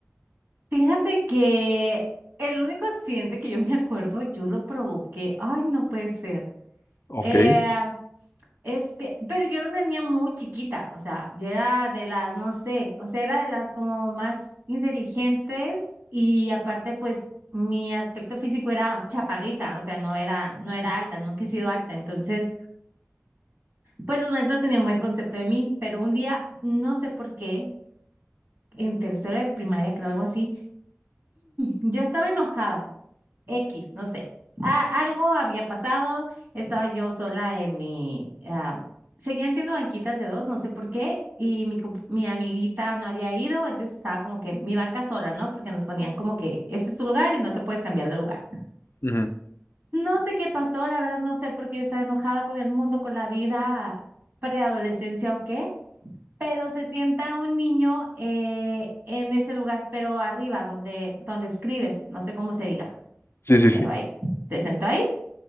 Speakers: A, on the right (about 50°); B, on the left (about 60°).
A: Fíjate que el único accidente que yo me acuerdo, yo lo provoqué. Ay, no puede ser.
B: Ok.
A: Eh, es que, pero yo era una niña muy chiquita, o sea, yo era de las, no sé, o sea, era de las como más inteligentes y aparte, pues, mi aspecto físico era chaparrita, o sea, no era, no era alta, nunca he sido alta, entonces, pues los maestros tenían buen concepto de mí, pero un día, no sé por qué, en tercero de primaria, creo algo así, yo estaba enojada. X, no sé. A- algo había pasado, estaba yo sola en mi... ah, seguían siendo banquitas de dos, no sé por qué, y mi, com- mi amiguita no había ido, entonces estaba como que mi banca sola, ¿no? Porque nos ponían como que este es tu lugar y no te puedes cambiar de lugar.
B: Ujú.
A: No sé qué pasó, la verdad no sé por qué yo estaba enojada con el mundo, con la vida, preadolescencia o qué, pero se sienta un niño eh, en ese lugar, pero arriba, donde, donde escribes, no sé cómo se diga,
B: Sí, sí,
A: pero
B: sí.
A: ahí. Se sentó ahí